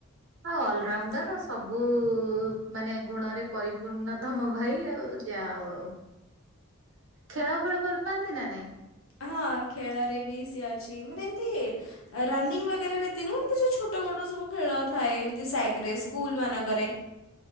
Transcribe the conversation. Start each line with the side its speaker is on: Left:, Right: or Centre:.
Right: ଆଉ ଅଲରାଉଣ୍ଡର
Left: ଏମିତି
Right: ଆଉ ସବୁ ମାନେ ଗୁଣରେ ପରିପୂର୍ଣ୍ଣ ତମ ଭାଇ ଆଉ। ଯା ହଉ, ଖେଳ ଫେଳ ଭଲ ପାଆନ୍ତି ନା ନାଇଁ?
Left: ହଁ ଖେଳରେ ବି ସିଏ ଅଛି, ମାନେ ଏମିତି ରନିଙ୍ଗ ବଗେରାରେ ତି ନୁ ଏମତି ଛୋଟ ମୋଟ ସବୁ ଖେଳ ଥାଏ ଏମତି ସ୍ୟାକ ରେଶ୍ ସ୍କୁଲମାନଙ୍କରେ